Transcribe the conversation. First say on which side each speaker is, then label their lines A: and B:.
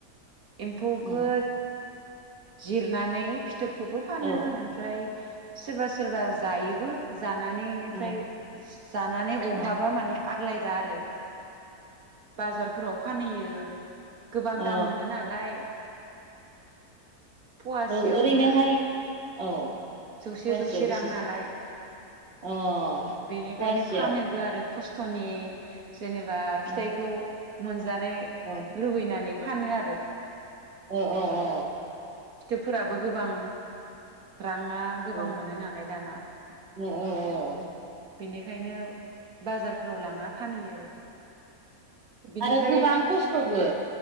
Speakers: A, on the right (about 75°); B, on the right (about 45°).
A: एम्फौखौ
B: औ
A: जिरनानै फि फिथोबखौबो फानो
B: औ
A: ओमफ्राय सोरबा सोरबा जायोबो जानानै बेनिफ्राय
B: औ
A: जानानै अहाबा
B: औ
A: माने आग्लायबा आरो बाजारफोराव फानहैयो गोबां
B: औ
A: दाम मोनो नालाय फवासेयावनो
B: ओ ओरैनोहाय औ
A: जौसे
B: फवासेयाव
A: जौसे
B: बेसे
A: रां नालाय
B: अ
A: बेनिखायनो
B: फवासेयाव
A: फानोबो आरो खस थ'नि जेनेबा
B: अ
A: फिथाइखौ मोनज जानाय
B: अ
A: लुबैनानै फानो आरो
B: अ अ अ
A: फोराबो गोबां रा ना गोबां
B: अ
A: मोनो नालाय दाना।
B: अ
A: बेनिखायनो बाजारफोराव लांना फानहैयो बिनिफ्राय
B: आरो गोबां खस्थ'बो